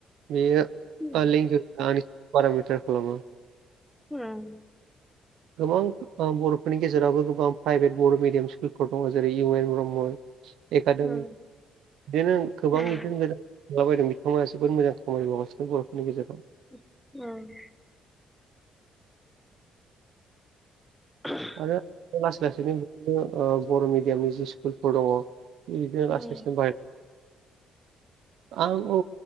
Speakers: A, on the right (about 80°); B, in the centre.
A: बेयो
B: उम
A: ओ लिंगि आं पारामिटार खालामो।
B: ओम
A: <inaudible> गोबां ओ बर'फोरनि गेजेरावबो गोबां प्राइभेट बर' मिडियाम स्कुलफोर दङ जेरै इउ एन ब्रह्म। एकाादेमि
B: उम
A: बिदिनो गोबां
B: उम
A: बिदिनो गोजान माबायदि बिथांमोना जोबोद मोजां खामानि मावगासिनो बर'फोरनि गेजेराव
B: औ <inaudible>
A: आरो लासै लासैनो बिदिनो बर' मिडियामनि जि स्कुलफोर दंङ। बिदिनो
B: उम
A: लासै संबाय आं औ